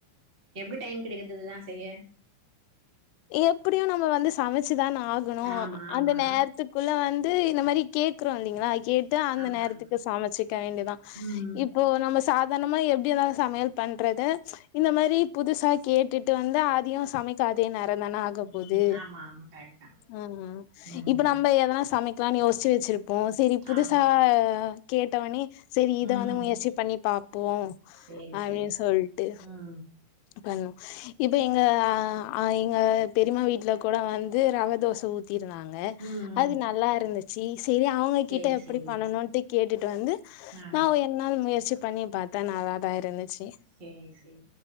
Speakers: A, on the right; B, on the left.
A: எப்டி டைம் கிடைக்கிது இதுல்லா செய்ய
B: எப்புடியு நம்ம வந்து சமச்சுதான ஆகணு
A: ஆமா ஆமா
B: அந்த நேர்த்துக் குள்ள வந்து இந்த மாரி கேக்றோ இல்லிங்ளா கேட் டு அந்த
A: ஆமா
B: நேர்த்துக்கு
A: ஆமா
B: சமச்சிக்க வேண்டிதா
A: ம்
B: இப்போ நம்மோ சாப் தெனமு எப்டி இந்தாலு சமயல் பண்றது இந்த மாரி புதுசா கேட்டுட்டு வந்து அதயு சமைக் த அதே நேரந்தான ஆக போது
A: ம் ஆமா ஆமா கரெக்ட் தா
B: அ அ
A: ம்
B: இப் நம்ப எதனா சமக் க்லான் யோஸ்ச்சி வெச்சிருப்போ செரி புதுசா
A: ஆமா
B: கேட்டவொனே செரி இத
A: ம்
B: வந்து முயற்சி பண்ணி பாப்போ
A: சேரி
B: அப்டின்
A: சேரி
B: சொல்ட்டு
A: ம்
B: பண்ணு இப்ப
A: சேரி
B: எங்க அ எங்க பெரிமா வீட்ல கொட வந்து ரவ தோச ஊத்திருந்தாங்க
A: ம் ம்
B: அது நல்லார்ந்து சீ செரி அவ்ங்க
A: சேரி
B: கிட்ட எப்புடி
A: சேரி
B: பண்ணனுன்ட்டு கேட்டுட்டு வந்து
A: ஆ
B: நாவு எ நாள் முயற்சி பண்ணி பாத்தா நல்லாதா இருந்துச்சு
A: சேரி சேரி